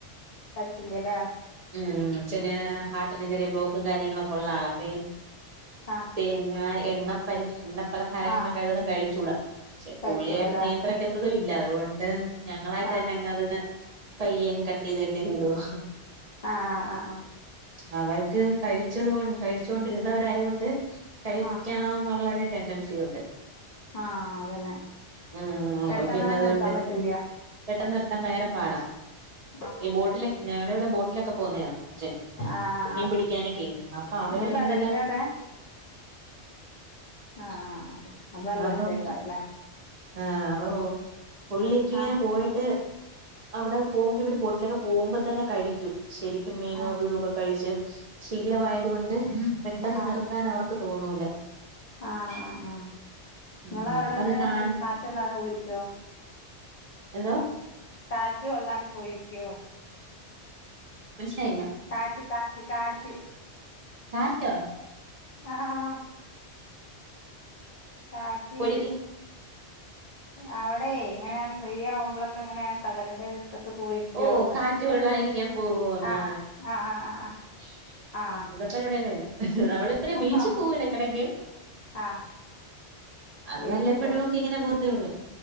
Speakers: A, on the left; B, on the right.
A: പറ്റില്ലല്ലേ
B: ഉം അച്ഛന് ഹാർട്ടിന് ചെറിയ ബ്ലോക്കും കാര്യങ്ങളൊക്കെ ഉള്ള ആള അപ്പൊ ഇ
A: ആഹ്
B: തേങ്ങ, എണ്ണ പര് എണ്ണ പലഹാരങ്ങൾ
A: ആഹ്
B: കഴിവതും കഴിച്ചുടാ പക്ഷെ
A: കഴിച്ചൂടല്ലേ
B: പുളിയാ നിയന്ത്രിക്കത്തതും ഇല്ല അതുകൊണ്ട് ഞങ്ങളായിട്ട്
A: ആഹ്
B: തന്നെ അ അതിന് പയ്യ കട്ടീത് കെട്ടീത് ഇടുവാ
A: ആ ഹ്ആ ഹ്ആഹ്
B: അവർക്ക് കഴിച്ചത്ണ്ട് കഴിച്ചൊണ്ട് വിരുന്നവരായത് കൊണ്ട് കഴിക്കണം
A: ആഹ്
B: എന്നുള്ളരു ടെൻഡൻസി ഉണ്ട്
A: ആഹ് അതന്നെ.
B: ഉം
A: പെട്ടെന്നാണ്
B: പിന്നെ അതുകൊണ്ട്
A: നിർത്താൻ പറ്റൂല
B: പെട്ടെന്ന് നിർത്താൻ ഭയങ്കര പാടാ.
A: ആഹ്
B: ബോട്ടിലെ ഞങ്ങളടെവിടെ ബോ ലൊക്കെ പോവുന്നയാ അച്ഛൻ
A: ആഹ്
B: മീൻ
A: ആഹ് ആഹ്
B: പിടിക്കാനൊക്കെ
A: ആഹ്
B: അപ്പൊ അവരാണെങ്കില
A: നിങ്ങള് കടലിന്റെ അവിടെ ആഹ് അപ്പ നല്ല
B: അപ്പം
A: രസായിക്കാരല്ലേ.
B: ആഹ് ഉ പുള്ളിക്ക് ഇങ്ങനെ
A: ആഹ്
B: പോയിട്ട് അവിടെ പോകുമ്പോൾ ഇവർ ബോട്ടിലൊക്കെ പോകുമ്പോ തന്നെ കഴിക്കും ശരിക്കും മീനും
A: ആഹ്
B: അതും ഇതൊക്കെ കഴിച്ച് ശീലമായത്
A: ആഹ്
B: കൊണ്ട് പെട്ടെന്ന്
A: ആഹ്
B: നിർത്താൻ അവർക്ക് തോന്നൂല്ല.
A: ആഹ് ആഹ് ആഹ്
B: ഉം
A: നിങ്ങള അവിടെ
B: അപ്പൊ
A: എങ്ങനെ
B: അത് കാണ
A: കാറ്റള്ളാനൊക്കെ പോയിരിക്കോ?
B: എന്തോ?
A: കാറ്റ് കൊള്ളാനും പോയിരിക്ക്യോ
B: മന്സിലായില്ല.
A: കാറ്റ്, കാറ്റ്, കാറ്റ്
B: കാറ്റൊ
A: ആഹ് ആഹ് കാട്ടി
B: പൊരിക്ക്
A: അവടെ ഇങ്ങനെ ഫ്രീ ആവുമ്പോളൊക്കെ ഇങ്ങനെ കടല്ന്റെ <unintelligible>
B: ഓ കാറ്റ് കൊള്ളാതിരിക്കാൻ പോവോന്ന്
A: അ അ ആഹ് ആഹ് ആഹ്
B: അതപ്പ എവിടെന്നല്ല നമ്മള് ഇ
A: ആഹ്
B: ബീച്
A: ആഹ്
B: പോവു എടക്കിടക്ക്
A: ആഹ്
B: അത്
A: ബീച്ചി
B: വല്ലപ്പഴും
A: പോവും
B: ഒക്ക ഇങ്ങനെപൊവത്തെ ഒള്ളു